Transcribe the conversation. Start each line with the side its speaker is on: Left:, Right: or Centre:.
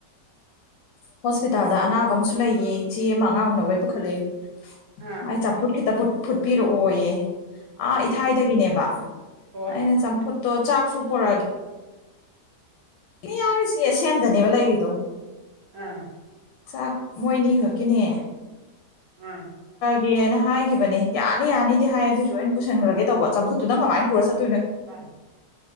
Left: ꯍꯣꯁꯄꯤꯇꯥꯜꯗ ꯑꯅꯥꯕ ꯑꯃꯁꯨ ꯂꯩꯌꯦ ꯏꯆꯦ ꯑꯃ ꯑꯉꯥꯡ ꯎꯅꯕ ꯄꯨꯈꯠꯂꯑꯦ
Right: ꯑꯥ
Left: ꯃꯥꯏ ꯆꯝꯐꯨꯠ ꯈꯤꯇ ꯐꯨꯠꯄꯤꯔꯛꯑꯣꯌꯦ ꯑꯥ ꯏꯊꯥꯏꯗꯒꯤꯅꯦꯕ
Right: ꯍꯣꯏ
Left: ꯑꯩꯅ ꯆꯝꯐꯨꯠꯇꯣ ꯆꯥꯛꯁꯨ ꯄꯨꯔꯛꯑꯒꯦ ꯏꯅꯤ ꯌꯥꯔꯤꯁꯤ ꯑꯦ ꯁꯦꯟꯗꯅꯦꯕ ꯂꯩꯔꯤꯗꯣ
Right: ꯑꯥ
Left: ꯆꯥꯛ ꯃꯣꯏꯅꯤ ꯈꯠꯀꯤꯅꯦ
Right: ꯑꯥ
Left: ꯦꯅ ꯍꯥꯏꯈꯤꯕꯅꯦ ꯌꯥꯅꯤ ꯌꯥꯅꯤꯗꯤ ꯍꯥꯏ ꯑꯗꯨꯏꯁꯨ ꯑꯩꯅ ꯄꯨꯁꯤꯟꯈ꯭ꯔꯒꯦ ꯇꯧꯕ ꯆꯝꯐꯨꯠꯇꯨ ꯅꯪ ꯀꯃꯥꯏꯅ ꯄꯨꯔ ꯆꯠꯦ
Right: ꯃꯥ